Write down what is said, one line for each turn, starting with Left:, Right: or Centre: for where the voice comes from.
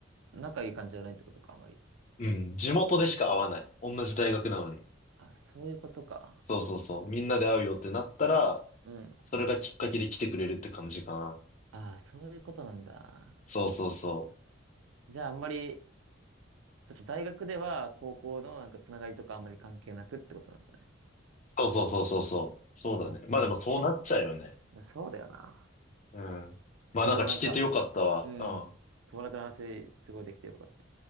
Right: 仲いい感じじゃないってことか、あまり。
Left: うん、地元でしか会わない。同じ大学なのに。
Right: あ、そういうことか。
Left: そうそうそう。みんなで会うよってなったら、
Right: うん。
Left: それがきっかけで来てくれるって感じかな。
Right: あ、そういうことなんだ。
Left: そうそうそう。
Right: じゃあ、あんまり、その大学では高校のなんかつながりとかあんまり関係なくってことなんだね。
Left: そうそうそうそうそう。そうだね。
Right: オッケーオッケ
Left: まあでもそうなっちゃうよね。
Right: ー。そうだよな。
Left: うん。まあなんか聞けてよかったわ。
Right: いや、でもなんか、うん。
Left: うん。
Right: 友達の話、すごいできてよかった。